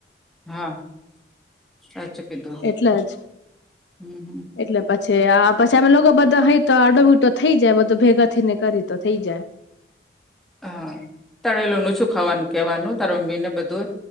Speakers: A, in the centre; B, on the left (about 85°).
A: હા સાચ કીધો
B: એટલે જ
A: હ હ.
B: એટલે પછી આ પછી અમે લોકો બધા હય તો અડોબીટો થઈ જાય બધું ભેગા થઈને કરી તો થઈ જાય.
A: હા તળેલુંનું ઓછું ખાવાનું કેવાનું તારું મમ્મી ને બધું.